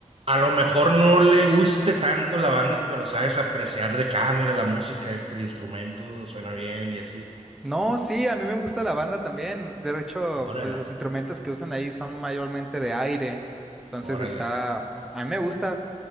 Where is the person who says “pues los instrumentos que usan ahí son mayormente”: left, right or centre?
Centre